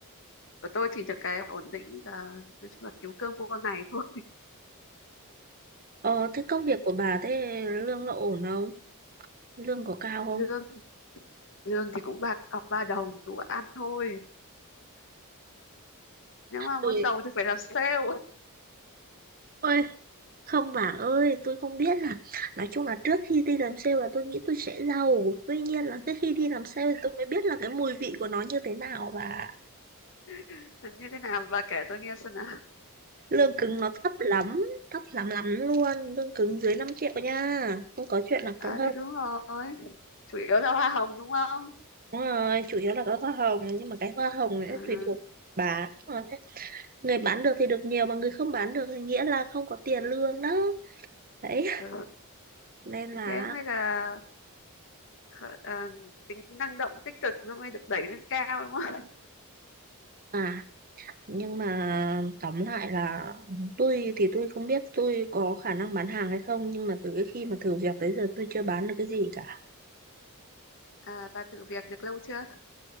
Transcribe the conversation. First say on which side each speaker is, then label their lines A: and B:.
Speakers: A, on the left; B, on the right.
A: của tôi thì được cái ổn định là nói chung là kiếm cơm qua ngày thôi
B: Ờ, thế công việc của bà thế lương nó ổn không? lương có cao không
A: lương lương thì cũng bạc cọc ba đồng đủ ăn thôi nếu mà muốn
B: tôi
A: giàu thì phải làm sale
B: ơi không bà ơi tôi không biết là nói chung là trước khi đi làm sale là tôi nghĩ tôi sẽ giàu tuy nhiên là cái khi đi làm sale thì tôi mới biết là cái mùi vị của nó như thế nào và
A: <laughs> như thế nào bà kể tôi nghe xem nào
B: lương cứng nó thấp lắm thấp lắm lắm luôn lương cứng dưới 5 triệu nha không có chuyện là
A: à
B: cứng hơn
A: thì đúng rồi chủ yếu là hoa hồng đúng không
B: đúng rồi chủ yếu là cái hoa hồng nhưng mà cái hoa hồng ấy
A: à,
B: tùy thuộc bán Mà thế- người bán được thì được nhiều mà người không bán được thì nghĩa là không có tiền lương đó đấy
A: ừ.
B: nên là
A: Thì thế mới là khờ- à, tính năng động tích cực nó mới được đẩy lên cao đúng không
B: à nhưng mà tóm lại là tôi thì tôi không biết tôi có khả năng bán hàng hay không nhưng mà từ cái khi mà thử việc tới giờ tôi chưa bán được cái gì cả
A: à, bà thử việc được lâu chưa